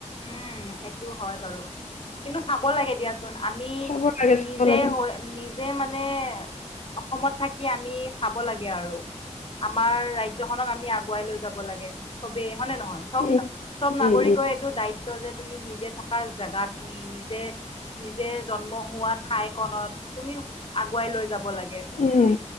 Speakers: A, on the left (about 45°); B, on the left (about 75°).
A: উম সেইটো হয় বাৰু কিন্তু চাব লাগে দিয়াচোন। আমি
B: চাব লাগে চাব
A: নিজে
B: লাগে
A: হৈ নিজে মানে। মানে অসমত থাকি আমি চাব লাগে আৰু আমাৰ ৰাজ্যখননক আমি আগুৱাই লৈ যাব লাগে চবেই। হয় নে নহয় চব
B: উম
A: চব নাগৰিকৰে
B: উম উম
A: দায়িত্ব যে তুমি নিজে থকা জোগা খিনি নিজে। নিজে জন্ম হোৱা ঠাইকনত তুমি আগুৱাই লৈ যাব লাগে।
B: উম